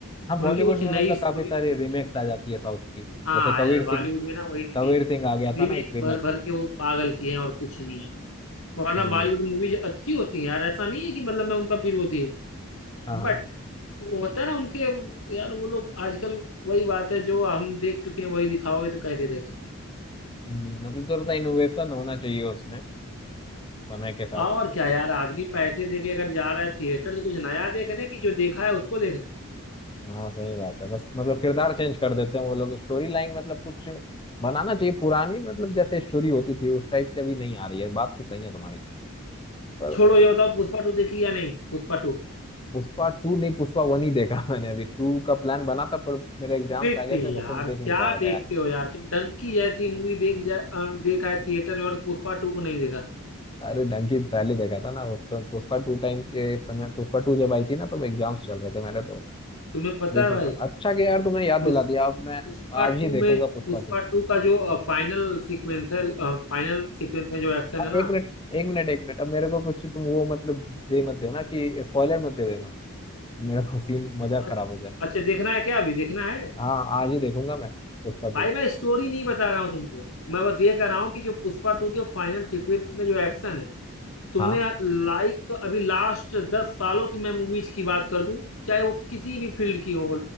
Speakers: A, on the left; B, on the left.
A: हाँ बॉलीवुड
B: उनकी कुछ
A: में
B: नई
A: मतलब
B: स्टोरी
A: काफी सारी
B: होती
A: रीमेक्स
B: है
A: आ जाती है साउथ की
B: हाँ
A: जैसे कबीर
B: यार बॉलीवुड
A: सिंह
B: में ना वही रीमेक
A: कबीर सिंह आ गया
B: रीमेक
A: था ना एक रीमेक
B: भर भर के वो पागल किए हैं और कुछ नहीं है वरना
A: हम्म
B: बॉलीवुड मूवी अच्छी होती है यार ऐसा नहीं है कि मतलब मैं उनका विरोधी हूँ
A: हाँ हाँ
B: बट वो होता है ना उनके यार वो लोग आजकल वही बात है जो हम देख चुके हैं वही दिखाओगे तो कैसे देखेंगे
A: हम्म, मतलब थोड़ा सा इनोवेशन होना चाहिए उसमें समय के साथ
B: और क्या यार आदमी पैसे दे के अगर जा रहा है थिएटर तो कुछ नया देखने की जो देखा है उसको देखने
A: हाँ सही बात है बस मतलब किरदार चेंज कर देते हैं वो लोग स्टोरी लाइन मतलब कुछ बनाना चाहिए पुरानी मतलब जैसे स्टोरी होती थी उस टाइप से अभी नहीं आ रही है बात तो सही है तुम्हारी पर
B: छोड़ो ये बताओ पुष्पा टू देखी या नहीं पुष्पा टू
A: पुष्पा टू नहीं पुष्पा वन ही देखा मैंने अभी टू का प्लान बना था पर मेरे एग्जाम्स
B: देखते
A: आ गए
B: ही
A: थे तो
B: यार
A: फिर देख
B: क्या
A: नहीं पाया
B: देखते
A: था यार
B: हो यार तुम डंकी जैसी मूवी देख जा अ, देखा है थिएटर में और पुष्पा टू को नहीं देखा
A: अरे डंकी पहले देखा था ना उसको- पुष्पा टू टाइम के समय पुष्पा टू जब आई थी ना तो एग्जाम्स चल रहे थे मेरे तो
B: तुम्हें पता
A: देख
B: है
A: नहीं
B: भाई
A: पाया अच्छा कि यार तुमने याद
B: पुष्पा
A: दिला दिया अब मैं
B: पुष्पा
A: आज
B: टू
A: ही देखूंगा
B: में
A: पुष्पा
B: पुष्पा
A: टू
B: टू का जो फाइनल सीक्वेंसल फाइनल सीक्वेंस में जो एक्शन
A: हाँ,
B: है ना
A: एक मिनट एक मिनट एक मिनट अब मेरे को कुछ तुम वो मतलब दे मत देना कि स्पॉइलर मत दे देना मेरा को सीन मजा
B: अच्छा
A: खराब हो जाए
B: अच्छा देखना है क्या अभी देखना है
A: हाँ आज ही देखूंगा मैं पुष्पा टू
B: भाई मैं स्टोरी नहीं बता रहा हूँ तुमको मैं बस ये कह रहा हूँ कि जो पुष्पा टू के फाइनल सीक्वेंस में जो एक्शन है तुमने
A: हाँ
B: लाइक अभी लास्ट दस सालों की मैं मूवीज की बात कर दूं चाहे वो किसी भी फील्ड की हो